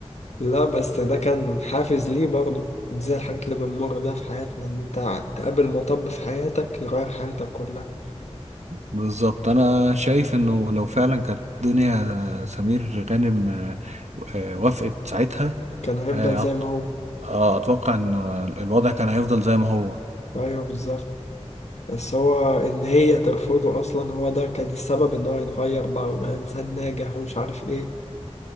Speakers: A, on the left (about 70°); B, on the right (about 75°).
A: لا بس ده كان حافز ليه برضه دي زي الحاجات اللي بنمر بيها في حياتنا ان انت تقابل مطب في حياتك يغير حياتك كلها
B: بالظبط انا شايف انه لو فعلا كانت دنيا سمير غانم آه، آه، وافقت ساعتها
A: كان هيفضل
B: آه،
A: زي ما
B: أت-
A: هو
B: آه، اتوقع ان الوضع كان هيفضل زي ما هو
A: ايوه بالظبط بس هو ان هي ترفضه اصلا هو ده كان السبب ان هو يتغير بقى ويبقى انسان ناجح ومش عارف ايه